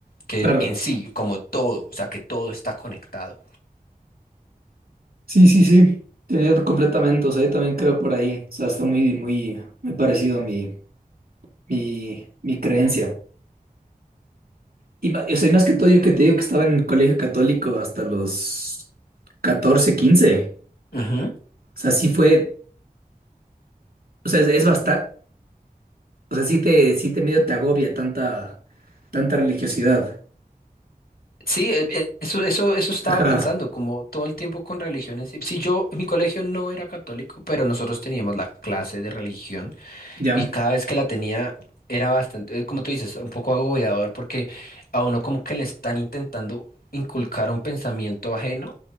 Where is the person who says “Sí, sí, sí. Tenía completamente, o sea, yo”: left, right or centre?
Right